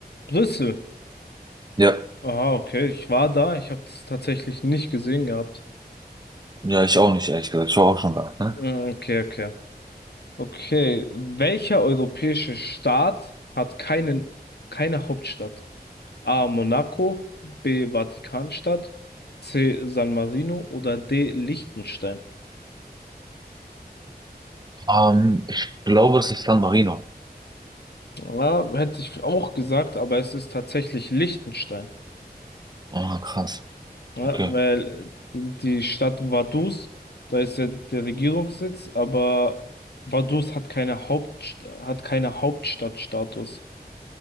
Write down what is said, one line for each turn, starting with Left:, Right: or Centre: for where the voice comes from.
Left: Brüssel.
Right: Ja.
Left: Aha, okay. Ich war da. Ich habe das tatsächlich nicht gesehen gehabt.
Right: Ja, ich auch nicht, ehrlich gesagt. Ich war auch schon da. Ne?
Left: Mm, Okay, okay. Okay. Welcher europäische Staat hat keinen, keine Hauptstadt? A. Monaco, B. Vatikanstadt, C. San Marino oder D. Liechtenstein?
Right: Ähm, ich glaube, das ist San Marino.
Left: Ja, hätte ich auch gesagt, aber es ist tatsächlich Liechtenstein,
Right: Ah, krass.
Left: ja,
Right: Okay.
Left: weil äh, die Stadt Vaduz, da ist ja der Regierungssitz, aber Vaduz hat keine Haupt, hat keine Hauptstadtstatus.